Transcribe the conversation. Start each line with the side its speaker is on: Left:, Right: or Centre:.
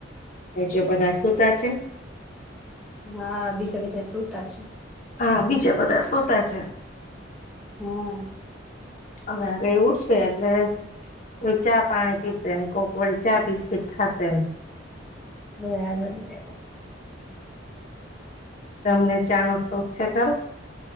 Left: જે બધા સૂતા છે?
Centre: હાં બીજા બધા શુંતા છે.
Left: હા બીજા બધા સુતા છે.
Centre: હમ.
Left: હવે આગળ એ ઉઠશે એટલે, કોઈ ચા પાણી પીસે એમ કોઈક વાળી ચા બિસ્કીટ ખાશે એમ.
Centre: બરાબર બરાબર.
Left: તમને ચાનો શોખ છે ખરો?